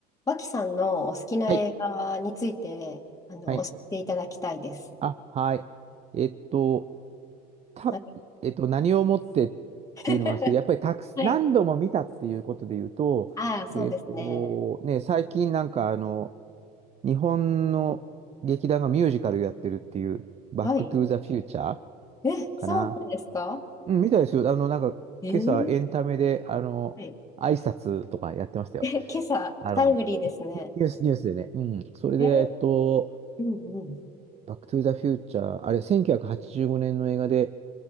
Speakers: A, on the left; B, on the right.
A: 脇さんのお好きな映画について、
B: はい。
A: あの、
B: はい。
A: 教えていただきたいです。
B: あ、はい。えっと、た、
A: なんか
B: えっと、何をもってっ
A: <laughs>
B: ていうのもあるんですけど、やっぱりたくす、
A: はい。
B: 何度も見たっていうことで言うと、
A: ああ、そうですね。
B: えっと、ね、最近なんかあの、日本の劇団がミュージカルやってるっていう、バックトゥーザフューチャー
A: はい。え、
B: かな。
A: そうなんですか
B: うん、見たですよ。あの、なんか、
A: えー
B: 今朝エンタメで、あの、
A: はい。
B: 挨拶とかやってましたよ。
A: え、今朝、
B: あの、
A: タイムリーですね。
B: ニュース、ニュースでね。うん。それで、
A: えー
B: えっと、
A: うんうん。
B: バックトゥーザフューチャー、あれ、1985年の映画で、